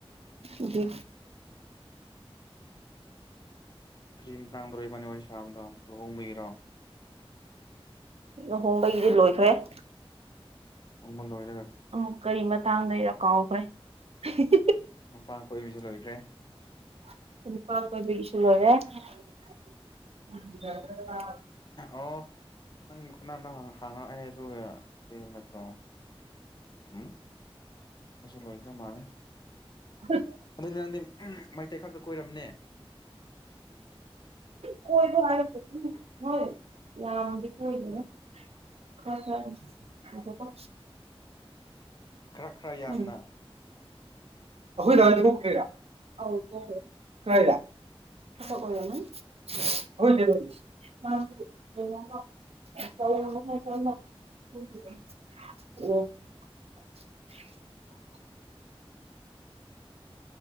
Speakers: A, on the right; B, on the left.
A: ꯑꯗꯨꯗ
B: ꯀ꯭ꯔꯤꯝ ꯇꯥꯡꯗꯣ ꯏꯕꯥꯅꯤ ꯋꯥꯔꯤ ꯁꯥꯕꯗꯣ ꯃꯒꯔꯣ
A: ꯂꯨꯍꯣꯡꯕꯒꯤꯗꯤ ꯂꯣꯏꯈ꯭ꯔꯦ ꯑ
B: ꯅꯣꯡꯃ ꯂꯣꯏꯔꯒ
A: ꯑꯃꯨꯛ ꯀꯔꯤ ꯃꯇꯥꯡꯗꯔ ꯀꯥꯎꯈ꯭ꯔꯦ <unintelligible>
B: ꯎ ꯃꯄꯥ ꯀꯣꯏꯕꯤꯁꯨ ꯂꯣꯏꯈ꯭ꯔꯦ
A: ꯀꯄꯥꯁꯨꯔꯦ
B: ꯑꯣ ꯅꯪ ꯀꯅꯥꯅ ꯍꯥꯡꯉꯛꯑꯦ ꯑꯗꯨꯒ ꯀꯔꯤ ꯅꯠꯇ꯭ꯔꯣ ꯎꯝ ꯂꯣꯏꯈꯦ ꯃꯥꯅꯦ
A: ꯎꯝ
B: ꯑꯗꯨꯗꯤ ꯅꯪꯗꯤ ꯃꯩꯇꯩ ꯈꯛꯇ ꯀꯣꯏꯔꯝꯅꯦ
A: ꯀꯣꯏ ꯍꯥꯏ ꯍꯣꯏ ꯌꯝꯗꯤ ꯀꯣꯏ ꯗꯦ ꯈꯔꯥ ꯈꯔꯥ
B: ꯈꯔ ꯈꯔ ꯌꯥꯝꯅ
A: ꯎꯝ ꯈꯣꯏ ꯗꯥ ꯊꯣꯛꯈꯔ꯭ꯤ ꯔꯥ ꯑꯧ ꯊꯣꯛꯈꯔ꯭ꯦ ꯀꯗꯥꯏꯗ ꯑꯁꯤ ꯗ ꯑꯣꯏꯔꯝ ꯅꯤ ꯍꯧ ꯑꯣ <unintelligible>